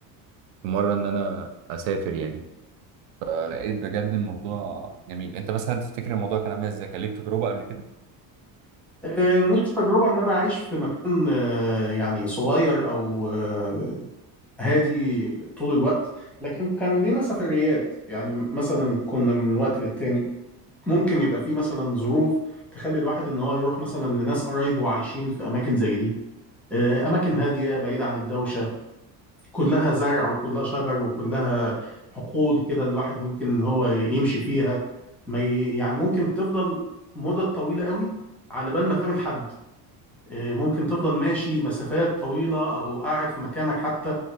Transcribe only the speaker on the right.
في مره ان انا اسافر يعني لقيت بجد الموضوع جميل انت مثلا تفتكر الموضوع كان عامل ازاي كان ليك تجربه قبل كده